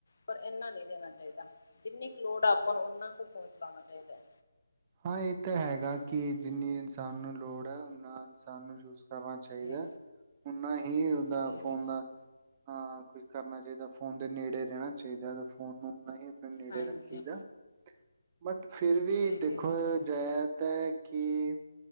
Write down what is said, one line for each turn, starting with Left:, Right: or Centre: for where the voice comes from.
Left: ਪਰ ਏਨਾ ਨੀਂ ਦੇਣਾ ਚਾਈਂਦੈ, ਜਿੰਨੀ ਕੁ ਲੋੜ ਐ ਆਪਾਂ ਨੂੰ ਓਨਾ ਕੁ ਫੋਨ ਚਲਾਉਣਾ ਚਾਈਦੈ।
Right: ਹਾਂ ਏ ਤਾ ਹੈਗਾ, ਕਿ ਜਿੰਨੀ ਇਨਸਾਨ ਨੂੰ ਲੋੜ ਐ ਓਨਾ ਇਨਸਾਨ ਨੂੰ ਯੂਜ ਕਰਨਾ ਚਾਹੀਦੈ,
Left: ਹਾਂਜੀ
Right: ਓਨਾ ਹੀ ਓਦਾ
Left: ਸਹੀ
Right: ਫੋਨ
Left: ਗੱਲ
Right: ਦਾ ਹਾਂ ਕੁਝ ਕਰਨਾ ਚਾਈਦੈ, ਫੋਨ ਦੇ ਨੇੜੇ ਰੈਣਾ ਚਾਈਦੈ। ਫੋਨ ਨੂੰ ਨਹੀ ਨੇੜੇ
Left: ਹਾਂਜੀ
Right: ਰੱਖੀ ਦਾ ਬਟ, ਫੇਰ ਵੀ
Left: ਸਹੀ
Right: ਦੇ
Left: ਗੱਲ ਹੈ ਜੀ।
Right: <unintelligible> ਕਿ